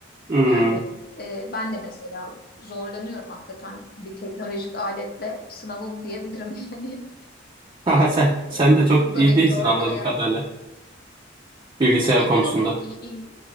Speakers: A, on the right; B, on the left.
A: Hmm.
B: Yani
A: <laughs>
B: e, ben de mesela zorlanıyorum hakikaten bir teknolojik aletle sınavım diyebilirim yani. <laughs>
A: Haha, Sen, sen
B: E,
A: de
B: bu
A: çok iyi
B: da beni
A: değilsin
B: zorluyor
A: anladığım
B: yani.
A: kadarıyla bilgisayar
B: Yok
A: konusunda.
B: yok iyi, iyi